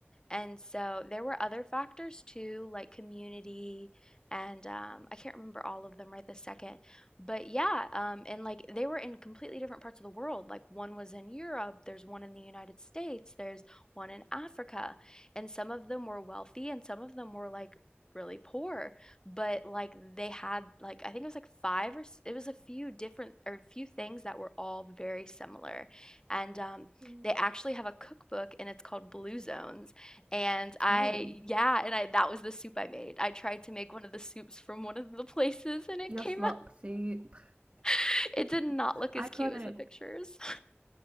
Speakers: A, on the left; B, on the right.
A: and so there were other factors too, like community, and um, I can't remember all of them right this second. But yeah, um, and like they were in completely different parts of the world. Like one was in Europe, there's one in the United States, there's one in Africa. And some of them were wealthy and some of them were like really poor. But like they had, like, I think it was like five or s- it was a few different or a few things that were all very similar. And um,
B: Mm.
A: they actually have a cookbook and it's called Blue Zones and I,
B: Oh,
A: yeah, and I that was the soup I made. I tried to make one of the soups from one of the places and it
B: your
A: came
B: slop
A: out.
B: soup.
A: <laughs> It did not look as
B: Iconic.
A: cute as the pictures.